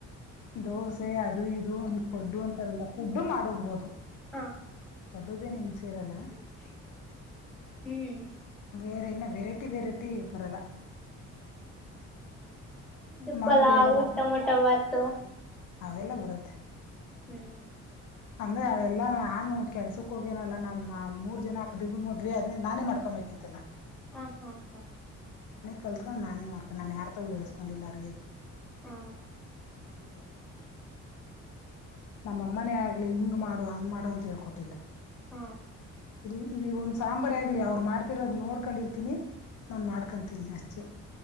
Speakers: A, on the left (about 75°); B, in the centre.
A: ದೋಸೆ ಅದು ಇ ದು ಈ ಪೊಡ್ಡು ಅಂತಾರಲ್ಲ ಪುಡ್ಡು ಮಾಡ ಹಬಹುದು
B: ಹಾ
A: ಪಡುದೆೇ ನೀನ್ ಸೇರಲ್ಲ
B: ಹ್ಮ್
A: ವೇರೆ ಇನ್ನ ವೆರೈಟಿ ವೆರೈಟಿ ಬರಲ್ಲ
B: ದುಪ್ಪಲ್ಲ
A: ಮಾಮೂಲಿ ಎಲ್ಲ
B: ಊಟ
A: ಗೊತ್ತ
B: ಮಊಟ ಭಾತು
A: ಅವೆಲ್ಲ ಅವೆಲ್ಲ ಬರುತ್ತೆ
B: ಹ್ಮ
A: ಅಂದ್ರೆ ಅವೆಲ್ಲಾ ನಾನು ಕೆಲ್ಸಕ್ ಹೋಗೇನಲ್ಲ ನಮ್ಮ್ ಮೂರ್ ಜನ ಹಾಕ್ದ ಮದ್ವಿ ಆದ್ಮೇಲೆ ನಾನೇ ಮಾಡ್ಕೊ <unintelligible> ಕಿಲ್ಲ
B: ಹ್ಮ ಹಾ ಹಾ
A: ಕಲ್ತ್ಕೊಂಡು ನಾನೇ ಮಾಡ್ಕೊಂಡು ನಾನು ಯಾರತೋ ಬಳ್ಸಸ್ಕೊಂಡಿಲ್ಲ ಅರ್ಗದು
B: ಹಾ
A: ಇುವರೆಗೂ ನಮ್ಮ ಅಮ್ಮನೇ ಆಗ್ಲಿ ಹಿಂಗ್ ಮಾಡು ಹಂಗ್ ಮಾಡು ಅಂತ ಹೇಳ್ಕೊಟ್ಟಿಲ್ಲ
B: ಹ್ಮ
A: ಇಲ್ಲಿ ಇವಗ ಒಂದ್ ಸಾಂಬಾರ್ ಆಗ್ಲಿ ಅವ್ರು ಮಾಡ್ತಿರೋದ್ ನೋಡ್ಕೊಂಡಿರ್ತಿನಿ ನಾನ್ ಮಾಡ್ಕೊಂತೀನಿ ಅ ಚೆ